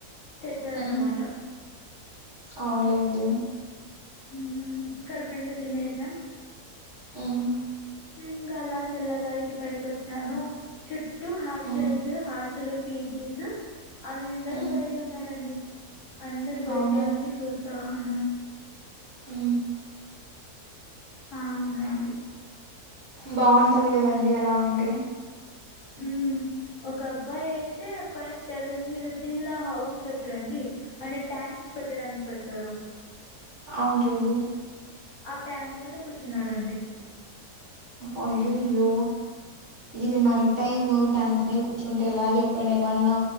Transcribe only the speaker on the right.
మ్మ్ అవునులేండి
మ్మ్
మ్మ్
మ్మ్
అవునా
అ
బాగుంటది కదండి అలా ఉంటే
అవునులేండి
అయ్యాయో ఇది నైట్ టైమ్ ట్యాంక్ మీద కూర్చుంటే ఎలా చెప్పండి ఏమన్నా